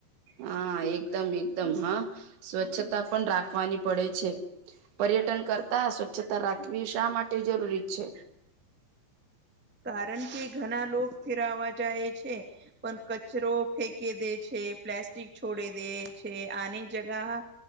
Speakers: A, on the right (about 75°); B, in the centre.
A: હા એકદમ એકદમ હા સ્વચ્છતા પણ રાખવાની પડે છે પર્યટન કરતા સ્વચ્છતા રાખવી શા માટે જરૂરી છે
B: કારણ કે ઘણા લોકો ફેરવા જાય છે પણ કચરો ફેંકે દે છે પ્લાસ્ટિક છોડે દે છે આની જગા